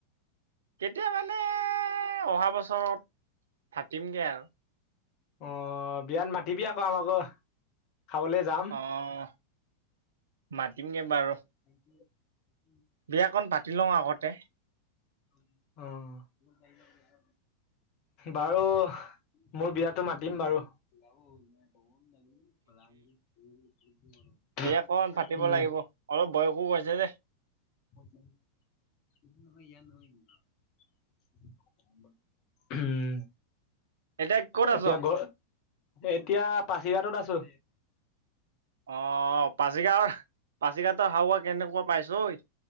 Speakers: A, on the right; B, on the left.
A: কেতিয়া মানে অহা বছৰত ফাটিমগে আৰু।
B: অ', বিয়াত মাতিবি আকৌ আমাকো, খাবলৈ যাম।
A: অ', মাতিমগে বাৰু।
B: <inaudible>
A: বিয়াকণ পাতি লওঁ আগতে।
B: অ', বাৰু মোৰ বিয়াতটো মাতিম বাৰু। <inaudible>
A: বিয়াকন ফাটিব
B: উম
A: লাগিব অলপ বয়সো হৈছে যে।
B: <inaudible> উম,
A: এতিয়া ক'ত
B: এতিয়া
A: আছ?
B: গ এতিয়া পাছিঘাটত আছোঁ।
A: অ', পাছিগা পাছিঘাটৰ হাৱা কেনেকুৱা পাইছ ঐ